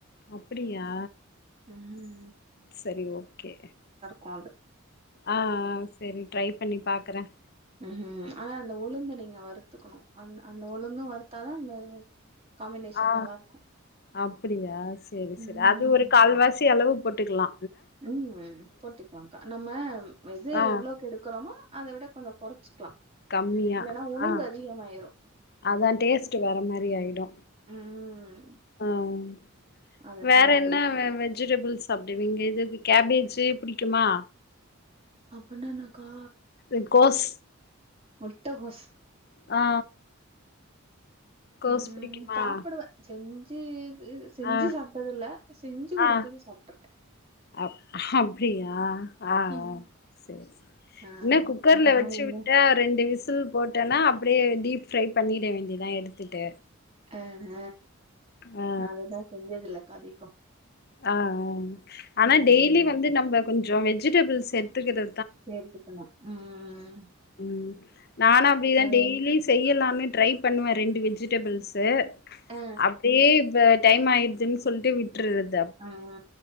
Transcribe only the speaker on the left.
அப்டியா
சரி ஓகே
அ அ சரி ட்ரைப் பண்ணி பாக்குற
ஆ
அப்டியா செரி
செர் அது ஒரு கால்வாசி அளவு போட்டுக்லா
ஆ
கம்மியா
ஆ
அதா டேஸ்ட்டு வேற மாரி ஆயிடு
அம்
வேற
என்ன வெ வெஜிடபிள்ஸ் சாப்டிவீங்க இதுது கேபேஜ் புடிக்குமா
இது கோஸ்
ஆ கோஸ்
புடிக்குமா
ஆ
ஆ
அப் அப்டியா அ அ
சேர் சேர்
என்ன குக்கர்ல
வெச்சி
விட்டா ரெண்டு விசில் போட் ட்டனா அப்டியே டீப் ஃப்ரை பண்ணிட வேண்டிதா எடுத்துட்டு
ஆ
அ அ ஆனா
டெய்லி வந்து நம்ப கொஞ்சொ வெஜிடபிள்ஸ் எடுத்துக்கறது
ம் நானு அப்டி தா
டெய்லி செய்யலானு ட்ரை பண்ணுவ ரெண்டு வெஜிடபிள்ஸு
அப்டியே இப்ப டைம் ஆயிடுதுன் சொல்ட்டு விட்டுர்றது